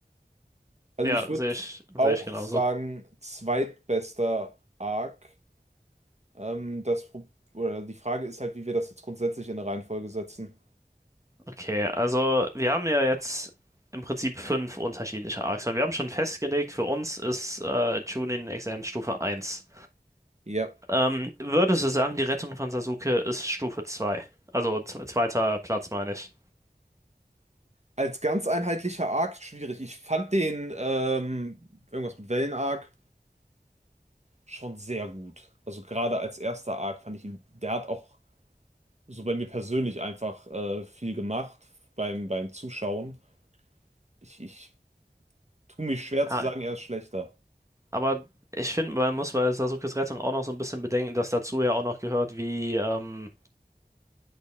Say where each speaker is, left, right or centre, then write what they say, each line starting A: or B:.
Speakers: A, on the right; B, on the right.
A: Also
B: ja,
A: ich würde
B: sehe ich, sehe
A: auch
B: ich genauso.
A: sagen, zweitbester Arc. Ähm, das, Pro- oder die Frage ist halt, wie wir das jetzt grundsätzlich in eine Reihenfolge setzen.
B: Okay, also wir haben ja jetzt im Prinzip fünf unterschiedliche Arcs und wir haben schon festgelegt, für uns ist äh, Chunin Examen Stufe eins.
A: Ja.
B: Ähm, würdest du sagen, die Rettung von Sasuke ist Stufe 2? Also z- zweiter Platz meine ich.
A: Als ganz einheitlicher Arc schwierig. Ich fand den ähm, irgendwas mit Wellen-Arc schon sehr gut. Also gerade als erster Arc fand ich ihn, der hat auch so bei mir persönlich einfach äh, viel gemacht beim, beim Zuschauen. Ich, ich tue mich schwer
B: Ah,
A: zu sagen, er ist schlechter.
B: Aber ich finde, man muss bei Sasukes Rettung auch noch so ein bisschen bedenken, dass dazu ja auch noch gehört, wie, ähm,